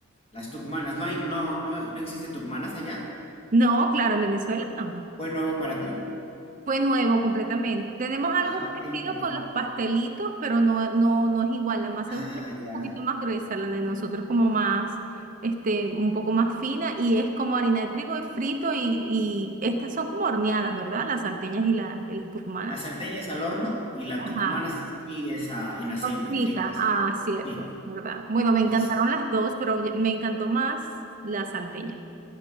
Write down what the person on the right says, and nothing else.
No, claro, en Venezuela no.
Fue nuevo completamente. Tenemos algo
parecido
con los pastelitos, pero no, no, no es igual. La masa
de ustedes es
un poquito más gruesa, la de nosotros como más, este, un poco más fina y es como harina de trigo y frito y, y estas son como horneadas, ¿verdad? Las salteñas y, la, y las tucumanas.
Ajá,
son fritas.
Ah, cierto,
¿verdad? Bueno, me encantaron
las dos, pero ya- me encantó más la salteña.